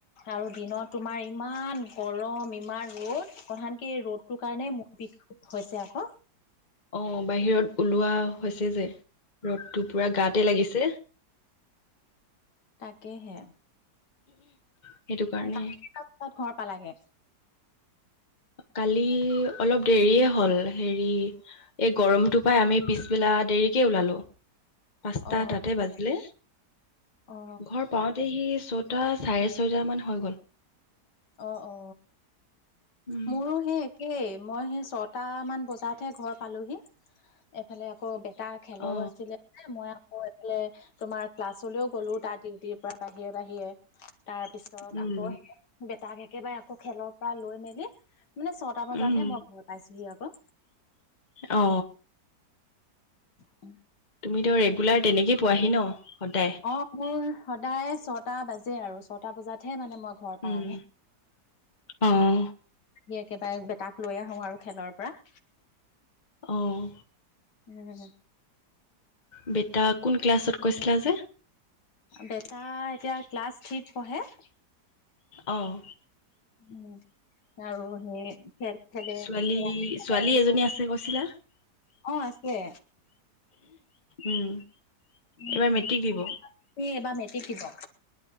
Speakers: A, on the left; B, on the left.
A: আৰু দিনত তোমাৰ ইমান গৰম ইমান ৰ'দ অশান্তি এই ৰ'দটোৰ কাৰণে মোৰ বিষ হৈছে আকৌ।
B: অ বাহিৰত ওলোৱা হৈছে যে ৰ'দটো পুৰা গাতে লাগিছে।
A: তাকেহে
B: সেইটো কাৰণে
A: ক <unintelligible> ঘৰত পালাগে
B: কালি অলপ দেৰিয়ে হ'ল হেৰি এই গৰমটো পাই আমি পিছবেলা দেৰিকে ওলালো। পাঁচটা
A: অ
B: তাতে বাজিলে
A: অ
B: ঘৰ পাওঁতে সি ছটা চাৰে ছয়টামান হৈ গ'ল৷
A: অ-অ
B: উম
A: মোৰো সেই একে এই মই সেই ছটামান বজাতহে ঘৰ পালোহি এফালে আকৌ বে তাৰ খেলৰো
B: অ
A: আছিলে মই আকৌ এইফেলে তোমাৰ ক্লাছলৈও গ'লো তাৰ ডিউটিৰ পৰা বাহিৰে বাহিৰে তাৰ পিছত
B: উম
A: আকৌ বেটাক একেবাৰে আকৌ খেলৰ পৰা লৈ মেলি মানে ছটা বজাতহে
B: উম
A: মই ঘৰত পাইছোহি আকৌ
B: অ
A: <unintelligible>
B: তুমিতো ৰেগুলাৰ তেনেকেই পোৱাহি ন সদায়?
A: অ মোৰ সদায় ছটা বাজে আৰু ছটা বজাতহে মানে মই ঘৰ
B: উম
A: পাওঁগে
B: অ'।
A: সি একেবাৰে তাক লৈ আহো আৰু খেলৰ পৰা৷
B: অহ
A: উম
B: বেটা কোন ক্লাছত কৈছিলা যে?
A: বেটা এতিয়া ক্লাছ থ্ৰীত পঢ়ে৷
B: অঁ
A: উম আৰু সেই খেল খেলে
B: ছোৱালী
A: এ
B: ছোৱালী
A: <unintelligible>
B: এজনী আছে কৈছিলা?
A: অ আছে৷
B: উম
A: উম
B: এইবাৰ
A: এবাৰ
B: মেট্ৰিক দিব।
A: <unintelligible> সি এইবাৰ মেট্ৰিক দিব৷